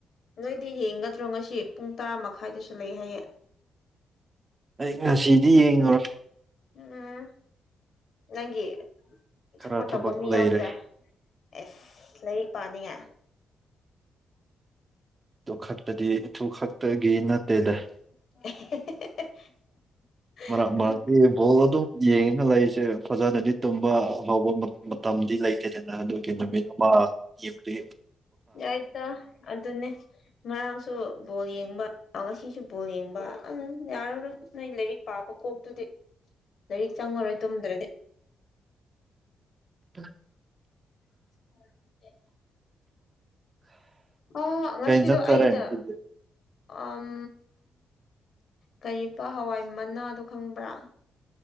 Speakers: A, on the left (about 55°); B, on the right (about 25°).
A: ꯅꯣꯏꯗꯤ ꯌꯦꯡꯒꯗ꯭ꯔꯣ ꯉꯁꯤ ꯄꯨꯡ ꯇꯔꯥ ꯃꯈꯥꯏꯗꯁꯨ ꯂꯩ ꯍꯥꯏꯌꯦ
B: ꯑꯩ ꯉꯁꯤꯗꯤ ꯌꯦꯡꯉꯨꯔ
A: ꯎꯝ ꯅꯪꯒꯤ
B: ꯈꯔ
A: ꯁꯞꯄꯣꯔꯠ
B: ꯊꯕꯛ
A: ꯇꯧꯕ ꯃꯤ
B: ꯂꯩꯔꯦ
A: ꯌꯥꯎꯗ꯭ꯔꯦ ꯑꯦꯁ ꯂꯩꯔꯤꯛ ꯄꯥꯅꯤꯡꯉ
B: ꯇꯣꯛꯈꯠꯄꯗꯤ ꯏꯊꯨ ꯈꯛꯇꯒꯤ ꯅꯠꯇꯦꯗ
A: <unintelligible>
B: ꯃꯔꯛ
A: ꯑꯗꯨ
B: ꯃꯔꯛꯇꯤ ꯕꯣꯜ ꯑꯗꯨꯝ ꯌꯦꯡꯉꯒ ꯂꯩꯔꯤꯁꯦ ꯐꯖꯅꯗꯤ ꯇꯨꯝꯕ ꯑ ꯐꯥꯎꯕ ꯃꯇꯝꯗꯤ ꯂꯩꯇꯗꯅ ꯑꯗꯨꯒꯤ ꯅꯨꯃꯤꯠ ꯑꯃ ꯌꯦꯕꯗꯤ
A: ꯑꯇ ꯑꯗꯨꯗꯅꯦ ꯃꯥꯁꯨ ꯕꯣꯜ ꯌꯦꯡꯕ ꯉꯁꯤꯁꯨ ꯕꯣꯜ ꯌꯦꯡꯕ ꯑ ꯌꯥꯔꯔꯣꯏ ꯅꯣꯏ ꯂꯥꯏꯔꯤꯛ ꯄꯥꯕ ꯀꯣꯛꯇꯨꯗꯤ
B: <unintelligible>
A: ꯂꯥꯏꯔꯤꯛ ꯆꯪꯉꯔꯣꯏ ꯇꯨꯝꯗ꯭ꯔꯗꯤ
B: ꯎ
A: <unintelligible> ꯑ ꯉꯁꯤꯗꯣ
B: ꯀꯩ ꯏꯟꯖꯥꯡ ꯆꯥꯔꯦ
A: ꯑꯩꯅ
B: ꯉꯁꯤꯗꯤ
A: ꯎꯝ ꯀꯔꯤꯕ ꯍꯋꯥꯏ ꯃꯅꯥꯗꯣ ꯈꯪꯕ꯭ꯔꯥ